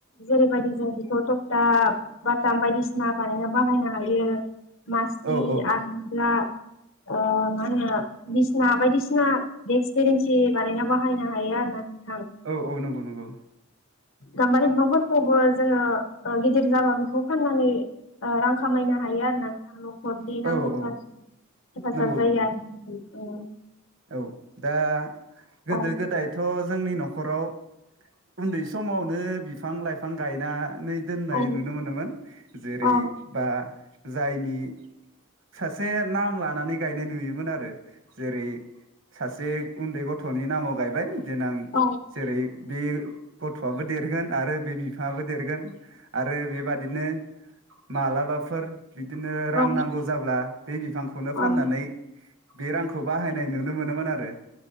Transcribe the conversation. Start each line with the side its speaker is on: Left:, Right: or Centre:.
Left: जेरैबायदि जों बेखौ टकता बाटाम बायदिसिना बानायना बाहायनो हायो मासि
Right: औ औ
Left: आलना ओ मा आङो बिसिना बायदिसिना देक्स बेरेन्सि बानायनायाव बाहायनो हायो आरो ना
Right: औ औ नंगौ नंगौ
Left: गाम्बारि बिफांफोरखौबो जोङो ओ गिदिर जाबा बेखौ फाननानै रां खामाय नो हायो आरो ना नखरनि
Right: औ
Left: नांगौ
Right: औ
Left: हेफाजाब
Right: नंगौ
Left: जायो
Right: नंगौ
Left: आरो उम
Right: औ दा गोदो
Left: औ
Right: गोदायथ' जोंनि नखर नखराव उन्दै समावनो बिफां लाइफां गाय नानै दोननाय
Left: औ
Right: नुनो मोनोमोन जेरै
Left: औ
Right: बा जायनि सासे नाम लानानै गायनाय नुयोमोन आरो जेरै सासे उन्दै गथनि नामाव गायबाय देनां
Left: औ
Right: जेरै बे गथआबो देरगोन आरो बे बिफाङाबो देरगोन आरो बेबादिनो मालाबाफोर बिदिनो रां
Left: औ
Right: नांगौ जाब्ला बे बिफांखौनो
Left: औ
Right: फाननानै बे रांखौ बाहायनाय नु नो मोनोमोन आरो